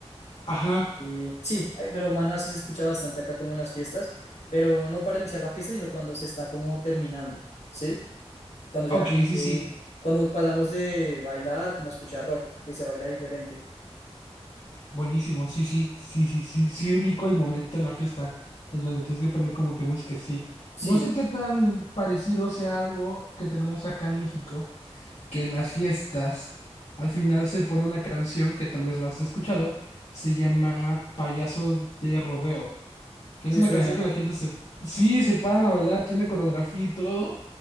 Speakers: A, on the left (about 70°); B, on the left (about 85°).
A: Ajá.
B: Eh, sí, ay, pero Maná sí se escucha bastante acá como en las fiestas, pero no para iniciar la fiesta, sino cuando se está como terminando, ¿sí? Cuando ya
A: Ok,
B: la gente-
A: sí, sí.
B: cuando pasamos de bailar como a escuchar rock, que se baila diferente.
A: Buenísimo, sí, sí, sí, sí, sí, sí ubico el momento en la fiesta en donde tienes que poner como que música, sí.
B: Sí,
A: No sé qué tan parecido sea algo que tenemos acá en México que en las fiestas al final se pone una canción que tal vez la has escuchado, se llama Payaso de Rodeo, que es
B: me
A: una
B: suena.
A: canción que la gente se, sí, se paran a bailar, tiene coreografía y todo,